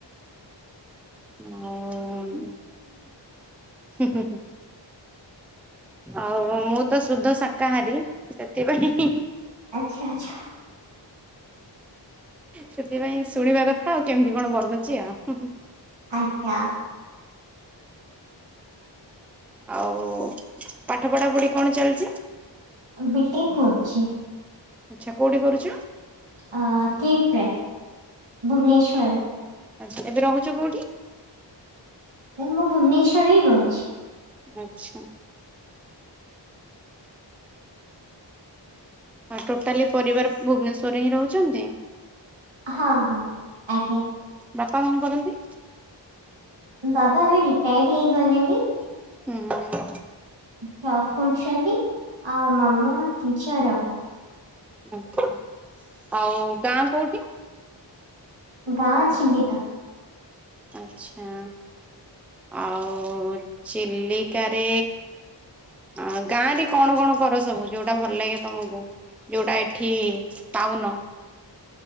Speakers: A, in the centre; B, on the right (about 80°).
A: ଓ ହୁଁ ହୁଁ ହୁଁ। ଆଉ ମୁଁ ତ ସୁଧ ଶାକାହାରୀ ସେଥିପାଇଁ
B: ଆଛା ଆଚ୍ଛା।
A: ସେଥିପାଇଁ ଶୁଣିବା କଥା ଆଉ କେମିତି କଣ ବନୁଚି ଆଉ।
B: ଆଜ୍ଞା।
A: ଆଉ ପାଠ ପଢାପଢି କଣ ଚାଲିଚି।
B: ବି ଟେକ କରୁଚି।
A: ଆଛା କୋଉଠି କରୁଚ।
B: ଅ କେକଟ୍ରେ ଭୁବନେଶ୍ଵର।
A: ଆଛା ଏବେ ରହୁଚ କୋଉଠି?
B: ମୁଁ ନା ଭୁବନେଶ୍ଵରରେ ହିଁ ରହୁଚି।
A: ଆଚ୍ଛା। ହଁ ଟୋଟାଲି ପରିବାର ଭୁବନେଶ୍ବର ରେ ହିଁ ରହୁଚନ୍ତି।
B: ହଁ ହଁ ଆଜ୍ଞା।
A: ବାପା କଣ କରନ୍ତି।
B: ଦାଦା ଏବେ ରିଟାୟାର୍ଡ ହେଇଗଲେଣି।
A: ହୁଁ।
B: ଜବ କରୁଛନ୍ତି ଆଉ ମାମା ଟିଚର ଆଉ।
A: ଆଛା ଆଉ ଗାଁ କୋଉଠି।
B: ଗାଁ ଚିଲିକା।
A: ଆଚ୍ଛା। ଆଉ ଚିଲିକାରେ ଆ ଗାଁ ରେ କଣ କଣ କର ସବୁ ଯୋଉଟା ଭଲ ଲାଗେ ତମକୁ। ଯୋଉଟା ଏଠି ଉନ